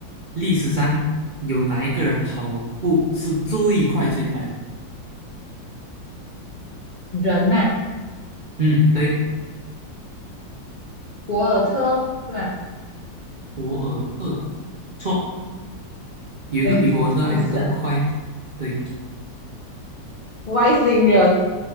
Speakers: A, on the right (about 80°); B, on the left (about 50°).
A: 历史上有哪一个人跑步是最快最快的？
B: 人呐、
A: 嗯，对，
B: 博尔特是吧？
A: 博尔特，错，有一个比博尔特还更快。
B: 哎，不是啊，
A: 对，
B: 外星人，